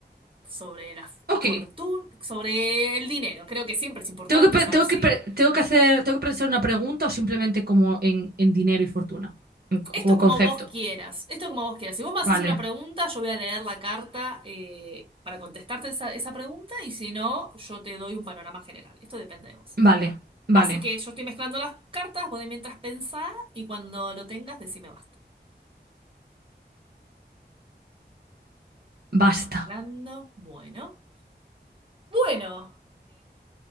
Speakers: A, on the right (about 30°); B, on the right (about 55°).
A: sobre la
B: Ok.
A: fortuna, sobre el dinero. Creo que siempre es importante
B: Tengo que, pe-
A: saber
B: tengo
A: si
B: que, pe- tengo que hacer, tengo que pensar una pregunta o simplemente como en, en dinero y fortuna, En co-
A: Esto
B: como
A: es
B: concepto.
A: como vos quieras, esto es como vos quieras. Si vos me haces
B: Vale,
A: una pregunta, yo voy a leer la carta eh, para contestarte esa, esa pregunta y si no, yo te doy un panorama general. Esto depende de vos.
B: vale, vale.
A: Así que yo estoy mezclando las cartas, vos de mientras pensá y cuando lo tengas, decime basta.
B: Basta.
A: Estoy mezclando, bueno. Bueno,